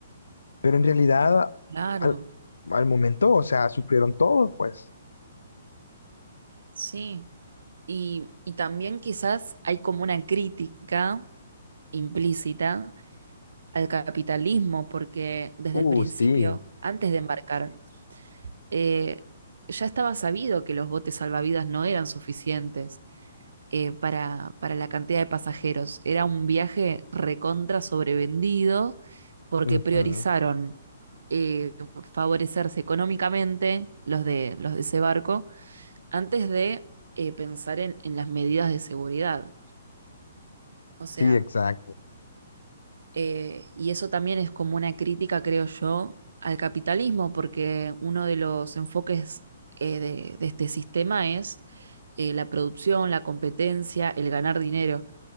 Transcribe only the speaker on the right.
claro,
sí. Y, y también quizás hay como una crítica implícita al capitalismo, porque desde
el principio,
antes de embarcar, eh, ya estaba sabido que los botes salvavidas no eran suficientes eh, para, para la cantidad de pasajeros. Era un viaje recontra sobrevendido porque
priorizaron eh, favorecerse económicamente los de, los de ese barco antes de eh, pensar en, en las medidas de seguridad. O sea,
Eh, y eso también es como una crítica, creo yo, al capitalismo, porque uno de los enfoques eh, de, de este sistema es eh, la producción, la competencia, el ganar dinero,